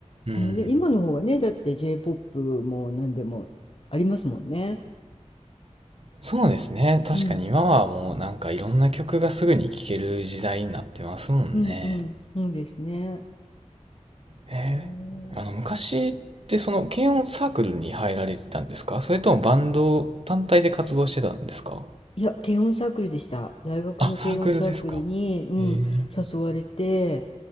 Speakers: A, on the right; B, on the left.
A: うん。
B: うん、で、今の方がね、だって J-POP も何でもありますもんね。
A: そうですね。確かに今はもうなんかいろんな曲がすぐに聴ける時代になってますもんね。
B: うん、うん、うん、そうですね。
A: えー、
B: うん
A: あの昔ってその軽音サークルに入られてたんですかそれともバンド単体で活動してたんですか
B: いや、軽音サークルでした。大学の軽音サークルに、
A: あ、サークルですか。
B: うん、
A: えー
B: 誘われて、